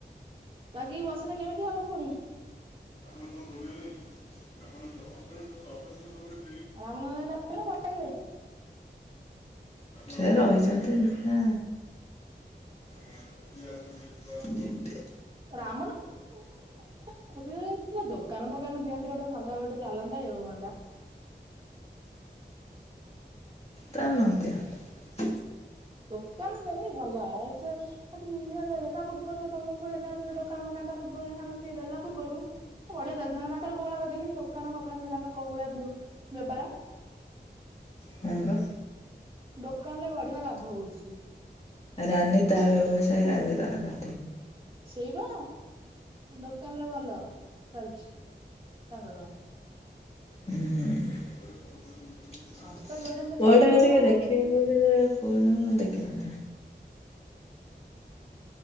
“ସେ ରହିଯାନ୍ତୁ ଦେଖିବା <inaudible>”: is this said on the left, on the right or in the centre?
Left